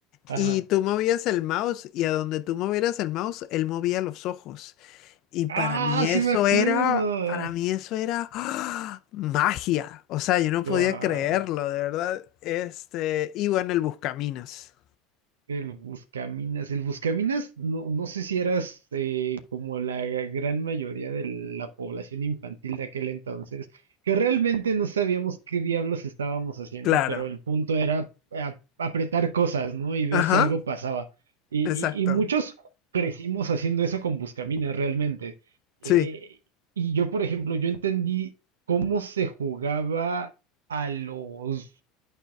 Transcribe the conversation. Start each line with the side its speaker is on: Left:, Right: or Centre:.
Right: Ajá.
Left: y tú movías el mouse y a donde tú movieras el mouse, él movía los ojos. Y para
Right: Ah,
Left: mí
Right: sí
Left: eso
Right: me acuerdo.
Left: era, para mí eso era ¡ah! magia. O sea, yo no
Right: Guau.
Left: podía creerlo, de verdad. Este, y bueno, el Buscaminas.
Right: El Buscaminas, el Buscaminas, no, no sé si eras eh, como la gran mayoría de la población infantil de aquel entonces, que realmente no sabíamos qué diablos estábamos haciendo,
Left: Claro.
Right: pero el punto era a- apretar cosas, ¿no? Y ver
Left: Ajá,
Right: si algo pasaba. Y,
Left: exacto.
Right: y- y muchos crecimos haciendo eso con Buscaminas, realmente. Eh,
Left: Sí.
Right: y yo, por ejemplo, yo entendí cómo se jugaba a los